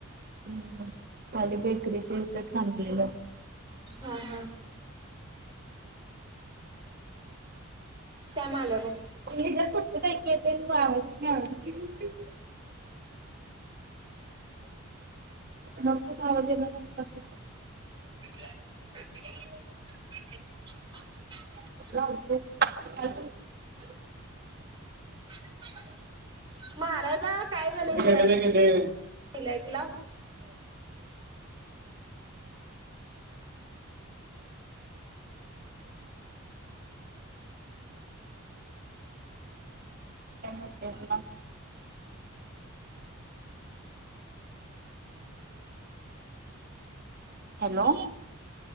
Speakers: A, on the right; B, on the right.
A: हम् खली बेकरीच्या इथं थांबलेलं
B: हा हा श्यामालाग!
A: म जटत काय? त आवज नाही नकस.
B: <inaudible>
A: नते का
B: <inaudible> मारायला काय झालं विचारते
A: केले केले <inaudible> <inaudible>
B: तिलाकला
A: ह तेस हॅलो